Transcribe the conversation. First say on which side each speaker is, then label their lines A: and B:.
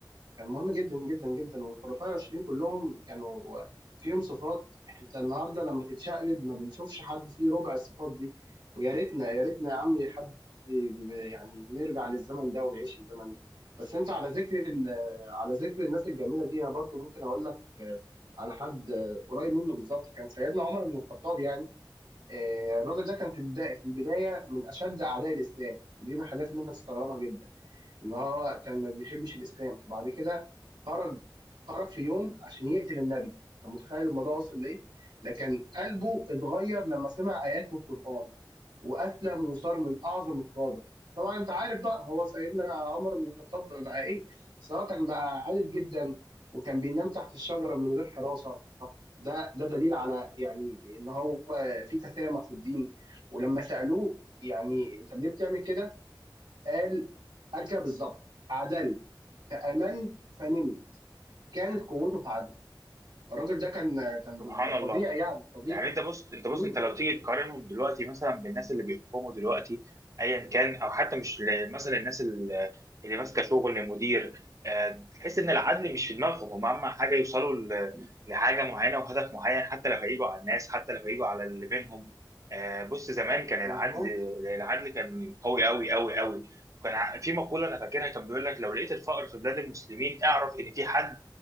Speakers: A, on the right; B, on the right.
A: كان مهم جدا جدا جدا والخلفاء الراشدين كلهم كانوا فيهم صفات انت النهارده لما تتشقلب ما بنشوفش حد فيه ربع الصفات دي ويا ريتنا يا ريتنا يا عمي حد ب- يعني نرجع للزمن ده ونعيش الزمن ده بس انت على ذكر ال- على ذكر الناس الجميله دي انا برضو ممكن اقول لك على حد آه، قريب منه بالظبط كان سيدنا عمر بن الخطاب يعني آه، الراجل ده كان في البداية في البداية من أشد أعداء الإسلام دي من الحاجات اللي أنت تستغربها جدا إن هو كان ما بيحبش الإسلام وبعد كده خرج خرج في يوم عشان يقتل النبي أنت متخيل الموضوع وصل لإيه؟ لكن قلبه اتغير لما سمع آيات من القرآن وأسلم وصار من أعظم القادة طبعا أنت عارف بقى هو سيدنا عمر بن الخطاب بقى إيه؟ سواء كان بقى عادل جدا وكان بينام تحت الشجرة من غير حراسة ده ده دليل على يعني ان هو في تسامح في الدين ولما سألوه يعني انت ليه بتعمل كده قال قال كده بالظبط عدلت فآمنت فنمت كانت قوته في عدله الراجل ده كان كان
B: سبحان
A: كان فظيع
B: الله
A: يعني فظيع
B: يعني انت بص انت
A: مم،
B: بص انت لو
A: مم.
B: تيجي تقارنهم دلوقتي مثلا بالناس اللي بيحكموا دلوقتي ايا كان او حتى مش ل- مثلا الناس اللي اللي ماسكه شغل مدير آه، تحس ان العدل مش في دماغهم هم اهم حاجه يوصلوا ل- لحاجه معينه وهدف معين حتى لو هيجوا على الناس حتى لو هيجوا على اللي بينهم آه، بص زمان كان
A: مظبوط
B: العدل العدل كان قوي قوي قوي قوي كان ع- في مقوله انا فاكرها كان بيقول لك لو لقيت الفقر في بلاد المسلمين اعرف ان في حد